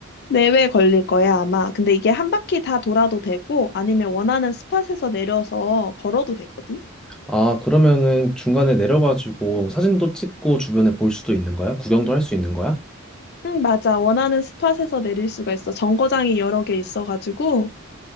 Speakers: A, on the left; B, in the centre.
A: 내외 걸릴 거야, 아마. 근데 이게 한 바퀴 다 돌아도 되고, 아니면 원하는 스팟에서 내려서 걸어도 되거든?
B: 아, 그러면은 중간에 내려가지고 사진도 찍고 주변에 볼 수도 있는 거야? 구경도 할 수 있는 거야?
A: 응, 맞아. 원하는 스팟에서 내릴 수가 있어. 정거장이 여러 개 있어가지고.